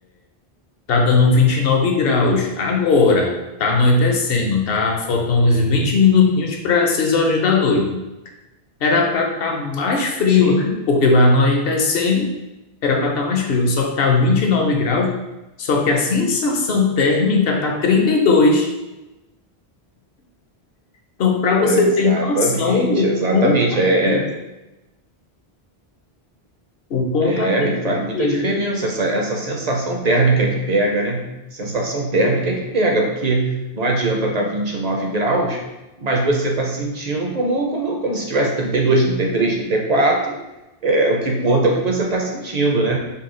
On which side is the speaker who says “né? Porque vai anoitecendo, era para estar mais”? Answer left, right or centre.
Left